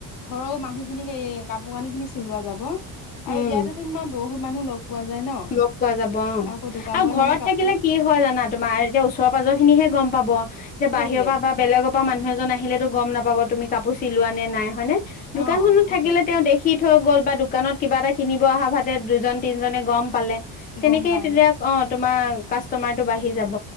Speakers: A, on the left; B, on the left.
A: ঘৰৰ মানুহখিনিক এই কাপোৰ কানি খিনি চিলোৱা যাব আৰু
B: উম
A: ইয়াতে তোমাৰ বহুত মানুহ লগ পোৱা যায় ন
B: লগ পোৱা যাব অ
A: আকৌ দোকানৰে
B: আৰু ঘৰত
A: মানে কাপোৰ
B: থাকিলে কি হয় জানা তোমাৰ এতিয়া ওচৰ পাজৰ খিনিহে গম পাব যে
A: সেইটোৱে
B: বাহিৰৰ পৰা বা বেলেগৰ পৰা মানুহ এজন আহিলেতো গম নাপাব তুমি কাপোৰ চিলোৱা নে নাই হয়নে দোকানখনত
A: অ সেইটোৱে
B: থাকিলে তেওঁ দেখি থৈ গ'ল বা দোকানত কিবা এটা কিনিব অহা ভাতে দুজন তিনিজনে গম পালে তেনেকে
A: গম পাই
B: তেতিয়া অ তোমাৰ কাষ্টমাৰটো বাঢ়ি যাব